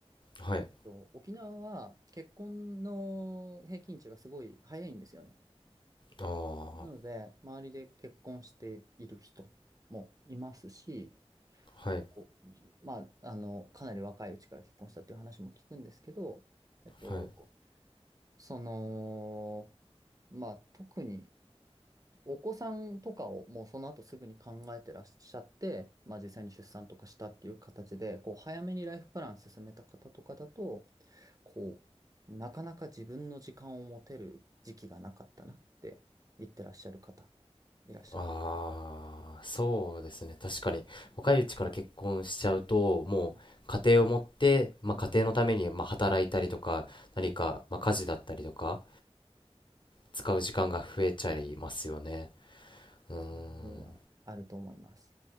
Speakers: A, on the left; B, on the right.
A: はい、
B: と沖縄は結婚の平均値がすごい早いんですよね。
A: ああ、
B: なので、周りで結婚している人もいますし、
A: はい、
B: こうまあ、あの、かなり若いうちから結婚したっていう話も聞くんですけど、えっと、
A: はい。
B: その、まあ、特にお子さんとかをもうその後すぐに考えてらっしゃって、まあ、実際に出産とかしたっていう形で、こう、早めにライフプラン進めた方とかだと、こう、なかなか自分の時間を持てる時期がなかったなって言ってらっしゃる方、いらっしゃる。
A: ああ、そうですね。確かに若いうちから結婚しちゃうと、もう家庭を持って、
B: うん
A: まあ、
B: うん
A: 家庭のためにまあ働いたりとか、何かまあ家事だったりとか。
B: うん
A: 使う時間が増えちゃいますよね。うーん、
B: その部分はあると思います。